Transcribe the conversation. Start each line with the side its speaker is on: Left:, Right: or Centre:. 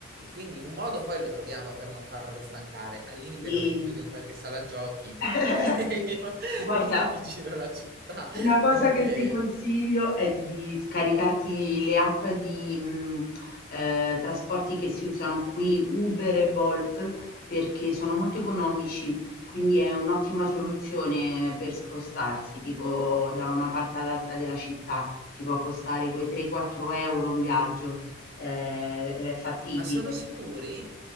Right: quindi un modo poi lo troviamo per non farlo stancare. Al limite
Left: sì.
Right: lo rinchiudo in qualche sala giochi
Left: <laughs>
Right: <laughs> e io,
Left: Guarda,
Right: e io mi giro la città
Left: una cosa
Right: perché...
Left: che ti consiglio è di scaricarti le app di mh, eh, trasporti che si usano qui, Uber e Bolt, perché sono molto economici, quindi è un'ottima soluzione eh, per spostarsi, tipo da una parte all'altra della città, ti può costare quei 3-4 euro un viaggio, eh, è fattibile.
Right: Ma sono sicuri?